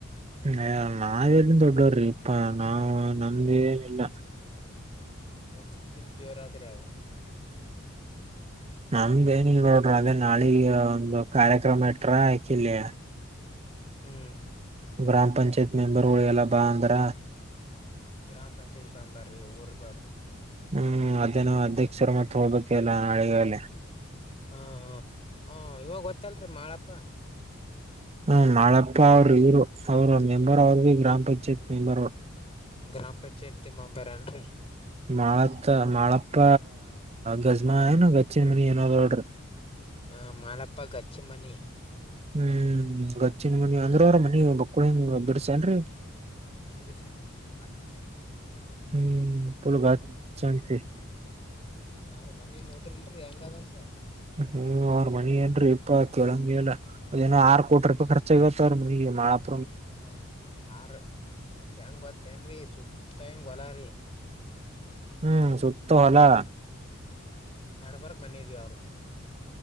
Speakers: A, on the right (about 30°); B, on the left (about 30°).
A: ಹ ನಾವೇಲ್ಲಿನ್ ದೊಡ್ಡವ್ರಿ ಇಪ್ಪ ನಾವು ನಂದ ಏನಿಲ್ಲ.
B: ನಿಮ್ದು ಫುಲ್ ಜೋರಾದ್ರೆ ಅವ.
A: ನಮ್ದ ಏನಿಲ್ಲ ನೋಡ್ರಿ ಅದೇ ನಾಳಿಗ ಒಂದು ಕಾರ್ಯಕ್ರಮ ಇಟ್ರ ಯಾಕಿಲ್ಲಯ.
B: ಹ್ಮ್
A: ಗ್ರಾಮ್ ಪಂಚಾಯತ್ ಮೆಂಬರ್ ಗೋಳಿಗೆ ಎಲ್ಲ ಬಾ ಅಂದ್ರ.
B: ಗ್ರಾಮ ಪಂಚಾಯತ್ ಬಾ ಅಂದಾರಿ ಊರ್ದವರ್.
A: ಹ್ಮ್ ಅದೇ ನಾ ಅಧ್ಯಕ್ಷರ ಮತ್ ಹೋಗಳ್ಬೇಕ ಎಲ್ಲ ನಾಳೆಗಾಲೇ.
B: ಹಾ ಹಾ ಹ ಇವಾಗ ಗೊತ್ತಲ್ರಿ ಮಾಳಪ್ಪ.
A: ಹ್ಮ ನಾಳಪ್ಪ ಅವ್ರರು ಇವರು ಅವ್ರ ಮೆಂಬರ್ ಅವ್ರರು ಭ ಗ್ರಾಮ್ ಪಂಚಾಯತ್ ಮೆಂಬರ್ ಅವರು.
B: ಗ್ರಾಮ ಪಂಚಾಯತಿ ಮೆಂಬರ್ ಏನ್ರರಿ.
A: ಮಾಳತ್ತ ಮಾಳಪ್ಪ ಗಜ್ಮಾ ಏನು ಗಚ್ಚನ್ ಮನಿ ಏನೋಡ್ರಿ.
B: ಹ ಮಾಡಪ್ಪ ಗಚ್ಚಿ ಮನಿ.
A: ಹ್ಮ್ ಗಚ್ಚಿನ
B: ಹ್ಮ್
A: ಮನಿ ಅಂದ್ರ ಅವ್ರ ಮನಿ ಬಕ್ಕಳಂಗ ಬಿಡಸನ್ರರಿ.
B: ಬಸರಪಲ ಗಾಚ್ಛ.
A: ಹ್ಮ್ ಪುಲ್ ಗಚ್
B: ಹ್ಮ್
A: ಅಂತಿ
B: ಹ ಅವ್ರ ಮನಿ ನೋಡ್ರಿ ಇಲ್ರಿ ಹೆಂಗದಂತೆ.
A: ಹ್ಮ್ ಅವ್ರ ಮನಿ ಏನ್ ಇಪ್ಪ ಕೆೇಳಂಗಗೆ ಎಲ್ಲ ಅದೇನೋ ಆರು ಕೋಟಿ ರೂಪಾಯಿ ಖರ್ಚಾಗತ್ತ ಅವ್ರ ಮನಿಗೆ ಮಾಳಪ್ಪ.
B: ಹ ಆರ ಮತ್ತ ಹೆಂಗ ಗೊತ್ತೇನ್ರಿ ಸುತ್ತ ಹೆಂಗ ಹೋಲಾರಿ.
A: ಹ್ಮ್ ಸುತ್ತ ಹೊಲಾ.
B: ನಡಬರ್ಕ್ ಮನಿ ಅವರದು.